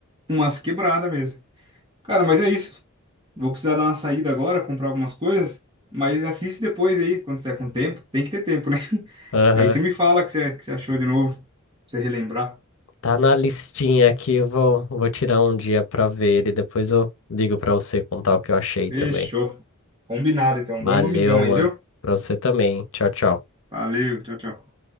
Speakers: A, on the right; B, on the left.
A: umas quebradas mesmo. Cara, mas é isso. Vou precisar dar uma saída agora, comprar algumas coisas. Mas assiste depois aí, quando você tiver com tempo. Tem que ter tempo, né? <laughs>
B: Aham.
A: Aí você me fala o que você, que você achou de novo. Pra você relembrar.
B: Tá na listinha aqui, eu vou, vou tirar um dia pra ver ele. Depois eu ligo pra você contar o que eu achei
A: Fechou.
B: também.
A: Combinado, então.
B: Valeu,
A: Bom domingão aí,
B: mano.
A: viu?
B: Pra você também. Tchau, tchau.
A: Valeu, tchau, tchau.